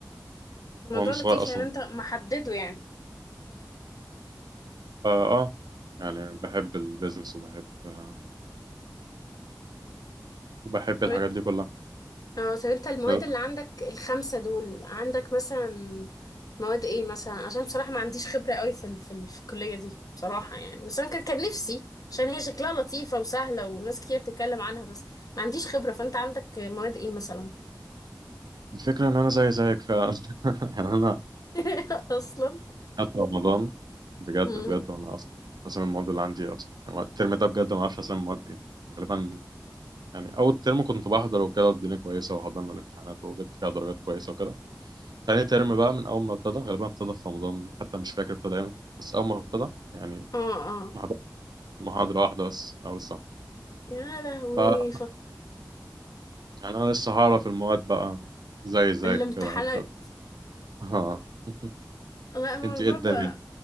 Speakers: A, on the left (about 55°); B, on the right (about 70°).
A: الموضوع
B: وانا صغير
A: لطيف
B: اصلا
A: يعني انت محدده يعني
B: آه, اه يعني بحب البيزنس وبحب آه وبحب
A: تمام
B: الحاجات دي كلها
A: اه طب انت المواد
B: لأن
A: اللي عندك الخمسة دول عندك مثلا مواد ايه مثلا عشان بصراحة ما عنديش خبرة قوي في ال... في, ال... في الكلية دي بصراحة يعني بس انا كان كان نفسي عشان هي شكلها لطيفة وسهلة وناس كتير بتتكلم عنها بس ما عنديش خبرة فانت عندك مواد ايه مثلا
B: الفكره ان انا زي زيك فعلا <laughs> يعني انا
A: <laughs> اصلا
B: حتى رمضان بجد
A: مم.
B: بجد وانا اصلا اصلا المواد اللي عندي اصلا يعني الترم ده بجد ما اعرفش اصلا المواد ايه غالبا يعني اول ترم كنت بحضر وكده والدنيا كويسه وحضرنا الامتحانات وجبت فيها درجات كويسه وكده تاني ترم بقى من أول ما ابتدى غالبا ابتدى في رمضان حتى مش فاكر ابتدى امتى بس أول ما ابتدى يعني
A: اه اه
B: ما حضرت محاضرة واحدة بس من أول السنة
A: يا لهوي
B: ف
A: ف...
B: يعني أنا لسه هعرف المواد بقى زي زيك
A: في الامتحانات
B: كده هبدأ ها <laughs>
A: لا الموضوع
B: أنت إيه الدنيا
A: ده